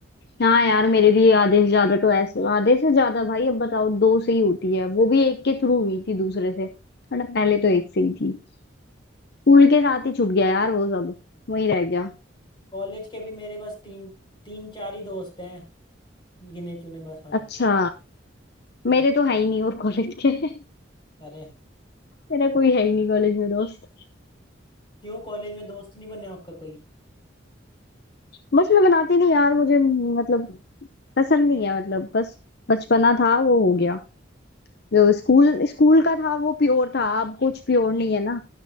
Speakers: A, on the left; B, on the left.
A: हाँ यार मेरे भी आधे से ज्यादा तो ऐसे आधे से ज्यादा भाई अब बताओ दो से ही होती है वो भी एक के थ्रू हुई थी दूसरे से वरना पहले तो एक से ही थी स्कूल
B: को-
A: के साथ ही छूट गया यार वो सब वही रह गया
B: कॉलेज के भी मेरे बस तीन तीन चार ही दोस्त हैं गिने चुने बस हाँ
A: अच्छा
B: वही
A: मेरे तो है ही नहीं और कॉलेज के <laughs>
B: अरे
A: मेरा कोई है ही नहीं कॉलेज में दोस्त
B: क्यों कॉलेज में दोस्त नहीं बने आपका कोई
A: बस मैं बनाती नहीं यार मुझे मतलब पसंद नहीं है मतलब बस बचपना था वो हो गया जो स्कूल स्कूल का था वो प्योर था अब कुछ प्योर नहीं है ना